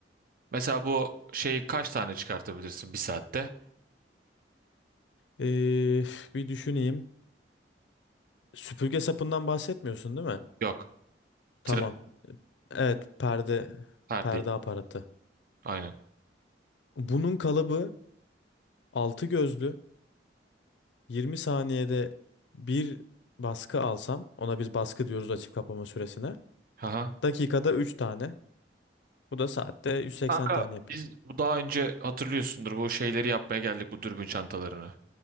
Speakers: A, on the right; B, on the left.
A: mesela bu şeyi kaç tane çıkartabilirsin bir saatte?
B: E, bir düşüneyim. Süpürge sapından bahsetmiyorsun değil mi?
A: Yok.
B: Tamam.
A: Tren
B: Evet perde
A: her
B: perde
A: değil.
B: aparatı.
A: Aynen.
B: Bunun kalıbı 6 gözlü 20 saniyede bir baskı alsam ona biz baskı diyoruz açıp kapama süresine.
A: Aha.
B: Dakikada 3 tane. Bu da saatte 180
A: Kanka
B: tane yapıyorsun.
A: biz bu daha önce hatırlıyorsundur bu şeyleri yapmaya geldik bu dürbün çantalarını.